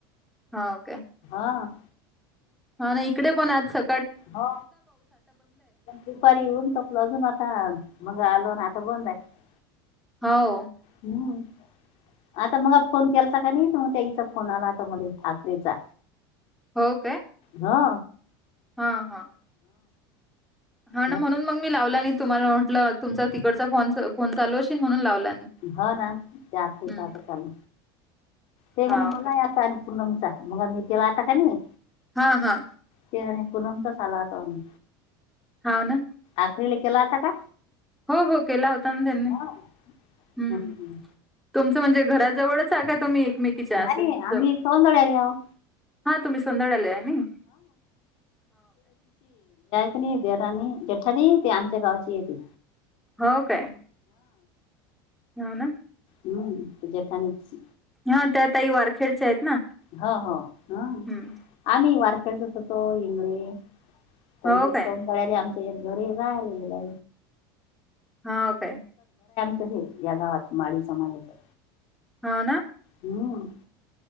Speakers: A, in the centre; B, on the left.
A: हा ओके.
B: हा
A: हा नाही इकडे पण आज स
B: हो दुपारी येऊन तपल अजून आता मग आलो ना. <unintelligible>
A: हऊ
B: हम्म
A: <inaudible>
B: आता मला फोन केलता कणी नाही मग त्या ईचा फोन आला आता म ठाकरेचा.
A: हो काय.
B: हा.
A: हा हा हा ना
B: हो
A: म्हणून मग मी लावला. तुम्हाला म्हटलं तुमचा तिकडचा फोन फोन चालूश म्हणून लावला. नाही
B: ह ना त्यात आता
A: हम्म
B: ल ते म्हणे
A: हा
B: मला
A: काय
B: आता आणि पुन मग आ मी तेवहता का नाही.
A: हा हा.
B: ते आणि पूनम चाच आला हो तो आम्ही
A: हा ना
B: आखरीला केला होता का.
A: हो हो केला होता ना त्यांनी
B: हा.
A: हम्
B: हम्म.
A: तुमचं म्हणजे घराजवळच आहे का तुम्ही. एकमेकीच्या
B: नाही
A: असं
B: आम्ही
A: जवळ
B: सौदळ्याले हावू
A: हा तुम्ही सोंदळ्याले आहे नाइ
B: ते नई देरानी जेठाणी ते आमच्या गावाची येते
A: हो काय हऊ ना
B: हम्म जपानीच
A: हा त्या तई वारखेडच्या आहेत ना
B: हो हो हा
A: हम्म
B: आम्ही वारखेडचच होतो हिंगळे परी
A: हो
B: ते
A: काय
B: सभळाले आमच्या एक घरी राहिला गेला
A: हऊ काय -
B: हो या गावात माळी समाजाचं
A: होव ना
B: हम्म